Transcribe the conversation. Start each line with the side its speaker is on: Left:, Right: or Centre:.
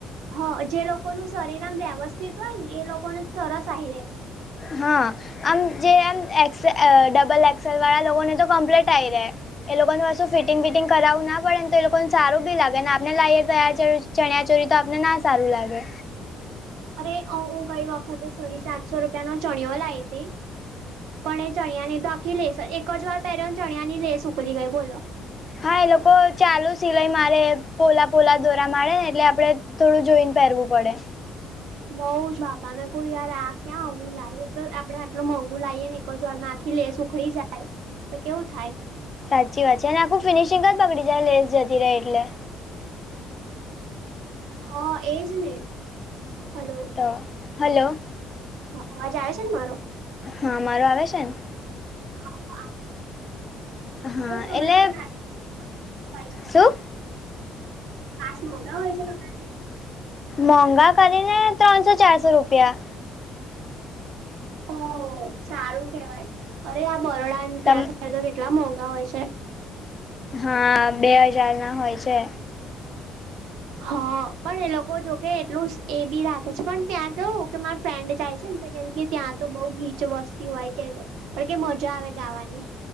Right: હ જે લોકોનું શરીર આમ વ્યવસ્થિત હોય ને એ સરસ આઈ રે... !
Left: હા આમ જે એમ એક્સે, ડબલ એક્સેલ વાળા લોકોને તો કમ્પ્લેટ આવી રહે. એ લોકોને પાછું ફિટિંગ-ફિટિંગ કરાવવું ના પડે તો એ લોકોને સારું ભી લાગે ને આપને લાઈ તો ચણિયા-ચોરી તો આપનને ના સારું લાગે.
Right: અરે હું ગઈ વખતે સાડી સાતસો રૂપિયાનો ચણયો લાવી હતી. પણ એ ચણિયાની તો આખી લેસ એક જ વાર પહેર્યૉ ચણિયા ની લેસ નીકળી ગઈ બોલો
Left: હા એ લોકો ચાલુ સિલાઈ મારે પોલા-પોલા દોરા મારે ને એટલે આપણે થોડું જોઈને પહેરવું પડે.
Right: બઉ જ બાપા મેં કવ યાર આ ક્યાં આવું લાય એક તો આપડે આટલું મોંઘું લાવએને એક જ વારમાં લેસ ઉખડી જાય તો કેવું થાય.
Left: સાચી વાત છે અને આખું ફિનિશિંગ જ બગડી જાય લેસ જતી રહે એટલે
Right: હા એજ ને હલો!
Left: હ હાલો! !
Right: હા અવાજ આવે છે ને મારો?
Left: હા મારો આવે છે ને?
Right: હ આવે છે.
Left: હા
Right: કેવું તમારે
Left: એટલે
Right: ત્યાં પાસ કેવું થાય છે?
Left: શું
Right: પાસ મોગા હોય છે તમારે ત્યાં?
Left: મોંઘા કરીને ત્રણસો-ચારસો રૂપિયા
Right: ઓ સારું કેહેવાય અરે આ બરોડા ત્યાં
Left: તમ
Right: તો કેટલા મોંઘા હોય છે.
Left: હા બે હજારના હોય છે.
Right: હા પણ એ લોકો જોકે એટલું એ બી રાખે છે પણ ત્યાં કેવું કે મારે ફ્રેન્ડ જાય છે ને તો કે ત્યાં તો બઉ ગીચ વસ્તી હોય કે પણ કે મજા આવે ગાવાની